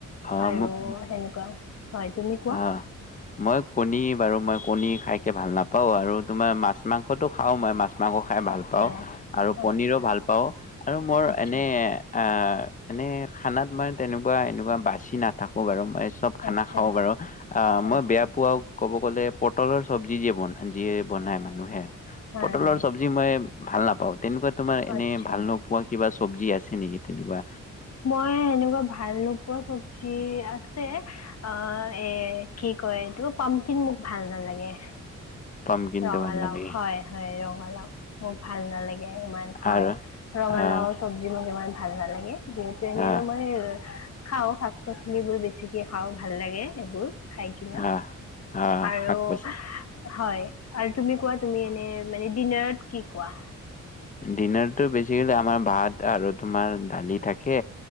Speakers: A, on the left; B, on the left.
A: অ
B: আৰু
A: মোক
B: সেনেকুৱা হয়, তুমি কোৱা।
A: অ', মই কণী বাৰু মই কণী খাইকে ভাল নাপাওঁ আৰু তোমাৰ মাছ, মাংসটো খাওঁ মই মাছ মাংস খাই ভাল
B: আচ্ছা
A: পাওঁ আৰু পনীৰো
B: আচ্ছা
A: ভাল পাওঁ আৰু মোৰ
B: আচ্ছা
A: এনে আ, এনে খানাত মানে তেনেকুৱা, এনেকুৱা বাছি নাথাকো বাৰু। চব খানা
B: আচ্ছা
A: খাওঁ বাৰু। অ', মই
B: আচ্ছা
A: বেয়া পোৱাও ক'ব গ'লে পটলৰ চব্জি যিয়ে বন-যিয়ে বনাই মানুহে
B: হয়
A: পটলৰ
B: হয়
A: চব্জি মই ভাল নাপাওঁ তেনেকুৱা তোমাৰ এনে
B: আচ্ছা
A: ভাল নোপোৱা কিবা চব্জি আছে নেকি তেনেকুৱা?
B: মই এেনেকুৱা ভাল নোপোৱা চব্জি আছে, অ, এ, কি কয় এইটো পাম কিন মোক ভাল নালাগে।
A: পামকিনটো
B: ৰঙালাও
A: ভাল নালাগে
B: হয় হয়, ৰঙালাও মোক ভাল নালাগে ইমান হয়।
A: আৰু
B: ৰঙালাওৰ
A: আহ
B: চব্জি মোক ইমান ভাল নালাগে। যে তেনে
A: আহ
B: তোমাৰ খাওঁ শাক পাচলিবোৰ বেছিকে খাওঁ, ভাল লাগে এইবোৰ। খাই কিনা
A: আহ আহ
B: আৰু
A: শাক পাচলি
B: হয়। আৰু তুমি কোৱা তুমি এনে মানে ডিনাৰত কি খোৱা।
A: ডিনাৰতটো বেছিকলে আমাৰ ভাত আৰু তোমাৰ দালি থাকে।